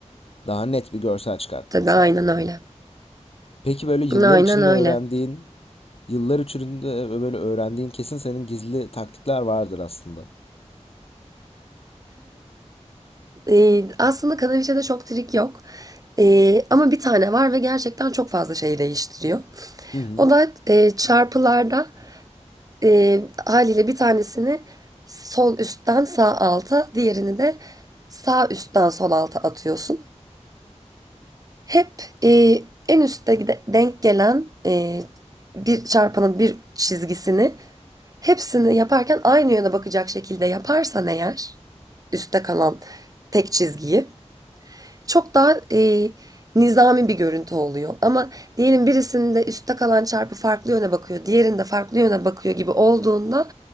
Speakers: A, on the left; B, on the right.
A: Daha net bir görsel çıkartmanı
B: tabii
A: sağlıyor
B: aynen öyle.
A: o da. Peki böyle yıllar
B: Aynen
A: içinde
B: öyle.
A: öğrendiğin, yıllar içinde böyle öğrendiğin kesin senin gizli taktikler vardır aslında.
B: Eee, aslında kanaliçede çok trik yok. Eee, ama bir tane var ve gerçekten çok fazla şey değiştiriyor.
A: Hı hı.
B: O da eee, çarpılarda eee, haliyle bir tanesini sol üstten sağ alta, diğerini de sağ üstten sol alta atıyorsun. Hep eee, en üstte gide- denk gelen eee, bir çarpanın bir çizgisini hepsini yaparken aynı yöne bakacak şekilde yaparsan eğer üstte kalan tek çizgiyi Çok daha e, nizami bir görüntü oluyor. Ama diyelim birisinde üstte kalan çarpı farklı yöne bakıyor, diğerinde farklı yöne bakıyor gibi olduğunda